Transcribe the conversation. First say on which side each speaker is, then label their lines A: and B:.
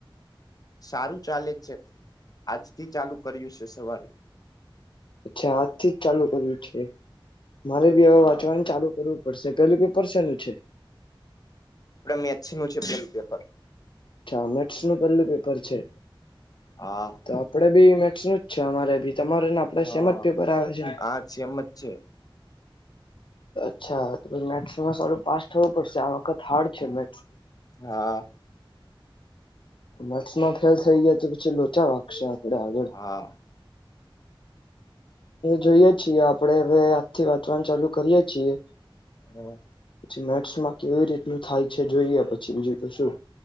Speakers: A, on the left (about 45°); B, on the left (about 65°).
A: સારું ચાલે છે આજથી ચાલુ કર્યું છે સવારે.
B: અચ્છા આજથી જ ચાલુ કર્યું છે. મારે બી હવે
A: હા
B: વાંચવાનું ચાલુ કરું પડશે પેલું પેપર છેનું છે?
A: મૈછ નું છે પેલું પેપર.
B: અચ્છા મેથ્સ નું પેલું પેપર છે.
A: હા
B: તો આપડે બી મેથસ નું જ છે અમારે બી. તમારેને આપડે
A: હા
B: સેમજ પેપર આવે છે ને.
A: હા સેમ જ છે
B: અચ્છા તો મેથસમાં સારું પાસ થવું પડશે આ વખત હાર્ડ છે મે
A: હા.
B: મટસમાં ફેલ થઈ ગયા તો પછી લોચા વાગશે. આગળ
A: હા
B: જોઈએ છીએ આપડણે હવે આજથી વાંચવાણ ચાલુ કરીએ છીએ.
A: હમ્મ.
B: પી મેથ્સમાં કેવી રીતનું થાય છે જોઈએ પછી બીજું તો શું.